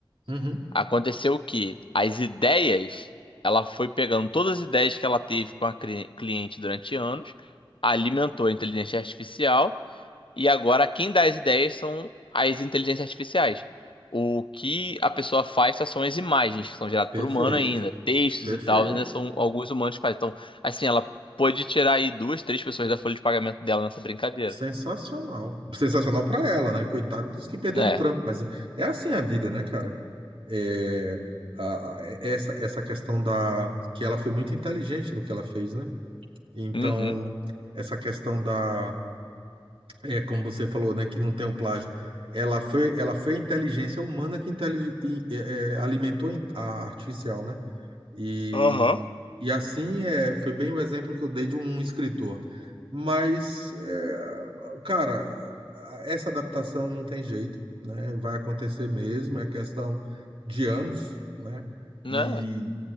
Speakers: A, on the right; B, on the left.
A: uhum.
B: Aconteceu que as ideias, ela foi pegando todas as ideias que ela teve com a cri- cliente durante anos, alimentou a inteligência artificial e agora quem dá as ideias são as inteligências artificiais. O que a pessoa faz só são as imagens que são geradas
A: Perfeito,
B: por humano ainda, textos
A: perfeito.
B: e tal, ainda são alguns humanos que fazem. Então, assim, ela pode tirar aí duas, três pessoas da folha de pagamento dela nessa brincadeira.
A: Sensacional. Sensacional pra ela, né? Coitado dos que perderam
B: É.
A: o trampo, mas é assim a vida, né, cara? É, a- a- é, essa, essa questão da... que ela foi muito inteligente no que ela fez, né? Então,
B: Uhum.
A: essa questão da... é, como você falou, né, que não tem um plágio. Ela foi, ela foi a inteligência humana que inteli- e- é, é, alimentou a artificial, né? E,
B: Aham.
A: e assim é, foi bem o exemplo que eu dei de um escritor. Mas, é, cara, essa adaptação não tem jeito, né? Vai acontecer mesmo, é questão de anos, né? E
B: Né?